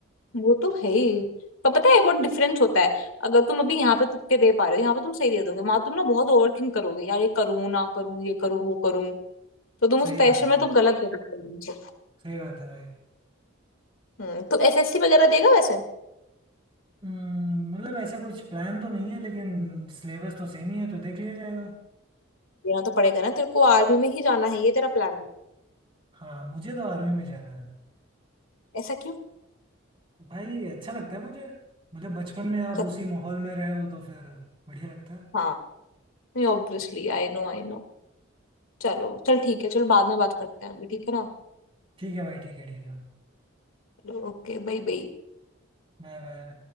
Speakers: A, on the left; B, on the right.
A: वो तो है ही पर पता है बहुत डिफरेंस होता है अगर तुम अभी यहाँ पे तुक्के दे पा रहे हो यहाँ पे तुम सही दे दोगे वहां तुम ना बहुत ओवर थिंक करोगे यार ये करूँ ना करूँ ये करूँ वो करूँ तो तुम
B: सही
A: उस प्रेशर
B: बात है
A: में तुम गलत दे देते हो मुझे
B: सही बात है भाई
A: हम्म तो एसएससी वगैरह देगा वैसे
B: हम्म, मतलब ऐसा कुछ प्लान तो नहीं है लेकिन सिलेबस तो सेम ही है तो देख लिया जाएगा
A: देना तो पड़ेगा ना तेरे को आर्मी में ही जाना है ये तेरा प्लान है
B: हाँ मुझे तो आर्मी में जाना है
A: ऐसा क्यों
B: भाई अच्छा लगता है मुझे मतलब बचपन में आप
A: चल,
B: उसी माहौल में रहे हो तो फिर बढ़िया लगता है
A: हाँ नहीं obviously I know I know चलो चल ठीक है चलो बाद में बात करते हैं अभी ठीक है ना
B: ठीक है भाई ठीक है ठीक है
A: चलो ओके बाय बाय
B: Bye bye